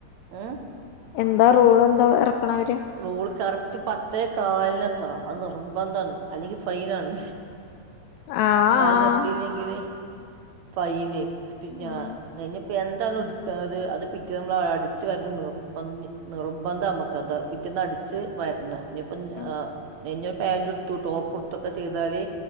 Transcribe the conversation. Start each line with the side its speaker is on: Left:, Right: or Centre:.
Right: ഉം
Left: എന്താ റൂള് എന്താ ഇറക്കണ അവര്
Right: റൂള് ക പത്തേ കാലിനെത്തണം അത് നിർബന്ധാണ് അല്ലെങ്കിൽ ഫൈനാണ്
Left: ആഹ്
Right: കാലിഞ്ഞെത്തില്ലെങ്കില് ഫൈന് പിന്നെ
Left: ആഹ്
Right: ന എന്ത എണ് ഉടുക്കുന്നത് അത് പിറ്റേന്ന് നമ്മൾ അടിച്ച് വരുന്ന നിർ നിറുമ്പ നമ്മുക്ക് അത് പിറ്റേന്ന് അടിച്ച് വരണം ഞപ്പം
Left: ആഹ്
Right: ആ നഞ്ഞ പാന്റെടുത്തു ടോപ്പ് ഇടുത്തൊക്കെ ചെയ്താല്